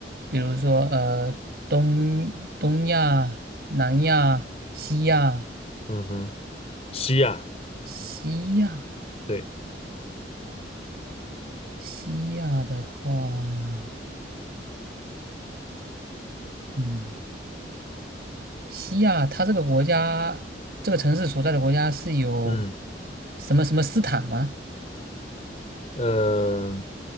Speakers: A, on the right; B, on the left.
A: 比如说呃，东东亚、南亚、西亚、
B: 嗯哼，西亚，
A: 西亚、
B: 对，
A: 西亚的话，嗯。西亚，它这个国家，这个城市所在的国家是有
B: 嗯，
A: 什么什么斯坦吗？
B: 呃，